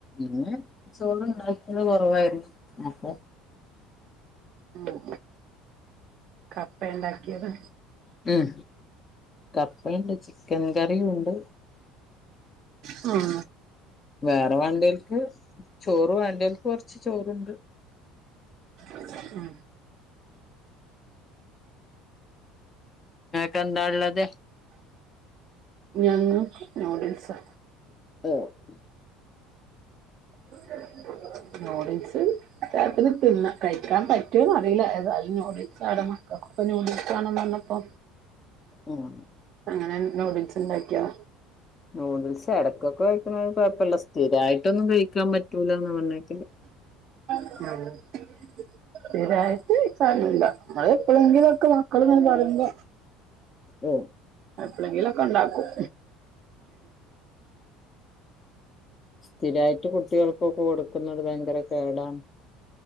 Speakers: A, on the left (about 20°); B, on the right (about 45°).
A: ഇന്ന് ചോറ് ഇണ്ടാക്കിയത് കൊറവായിരുന്നു അപ്പൊ
B: ഉം ഉം കപ്പേ ഇണ്ടാക്കിയത്
A: ഉം കപ്പെയെണ്ട് ചിക്കൻ കറീയുണ്ട്
B: ഉം
A: വേറെ വേണ്ടിയോൽക്ക് ചോറ് വേണ്ടിയോൽക്ക് കൊറച്ച് ചോറിണ്ട്
B: ആഹ്
A: നിങ്ങക്കെന്താള്ളത്
B: ഞങ്ങക്ക് ന്യൂഡിൽസാ
A: <unintelligible>
B: <unintelligible> ന്യൂഡീൽസ് രാത്രിയിൽ തിന്ന കഴിക്കാൻ പറ്റോന്ന് അറിയില്ല ഏതായാലും ന്യൂഡി ത്സാണ് മക്കക്കൊക്കെ ന്യൂഡിൽസ് വേണോന്ന് പറഞ്ഞപ്പോ
A: ഉം
B: അങ്ങനെ നൂഡിൽസ് ഇണ്ടാക്കിയതാ
A: ന്യൂഡിൽസ് എടയ്ക്കൊക്കെ കഴിക്കണയില് കൊഴപ്പില്ല സ്ഥിരായിട്ടൊന്നും കഴിക്കാൻ പറ്റൂല്ലാന്ന പറഞ്ഞേക്കല്
B: <unintelligible> സ്ഥിരായിട്ട് കഴിക്കലില്ല്യ ഞങ്ങള് എപ്പൊഴെങ്കിലൊക്കെ മക്കളിങ്ങനെ പറയുമ്പ
A: ഓ
B: എപ്പളങ്കിലുവൊക്കെ ഒണ്ടാക്കും
A: സ്ഥിരായിട്ട് കുട്ടികൾക്കൊക്കെ കൊടുക്കുന്നത് ഭയങ്കര കേടാണ്